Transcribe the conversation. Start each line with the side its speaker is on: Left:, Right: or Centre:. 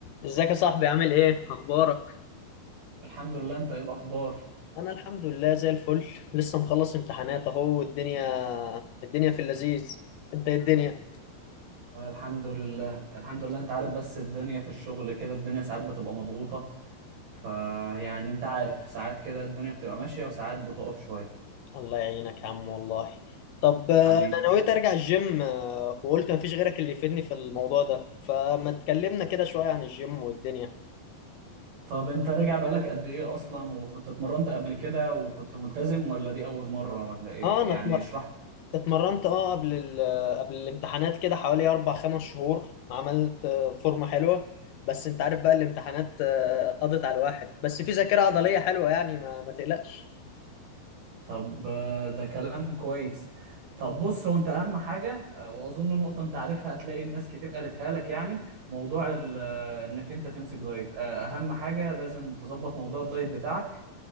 Left: ازيك يا صاحبي عامل ايه اخبارك
Right: الحمد لله انت ايه الاخبار
Left: انا الحمد لله زي الفل لسه مخلص امتحانات اهو والدنيا الدنيا في اللذيذ انت ايه الدنيا
Right: آه، الحمد لله الحمد لله انت عارف بس الدنيا في الشغل كده الدنيا ساعات بتبقى مضغوطة فيعني انت عارف ساعات كده الدنيا بتبقى ماشية وساعات بتقف شوية
Left: الله يعينك يا عم والله طب آه،
Right: حبيبي
Left: انا نويت ارجع الجيم آه، وقلت مفيش غيرك اللي يفيدني في الموضوع ده فما تكلمنا كده شوية عن الجيم والدنيا
Right: طب انت راجع بقالك قد ايه اصلا وكنت اتمرنت قبل كده وكنت ملتزم ولا دي اول مرة ولا ايه
Left: اه انا
Right: يعني
Left: اتمر...
Right: اشرح
Left: اتمرنت اه قبل ال قبل الامتحانات كده حوالي اربع خمس شهور عملت آه، فورمة حلوة بس انت عارف بقى الامتحانات آه، قضت على الواحد بس في ذاكرة عضلية حلوة يعني ما, ما تقلقش
Right: طب آه، ده كلام كويس طب بص هو انت اهم حاجه آه، واظن نقطه انت عارفها هتلاقي الناس كتير قالتها لك يعني موضوع ال- آه، انك انت تمسك دايت آه، اهم حاجه لازم تظبط موضوع الدايت بتاعك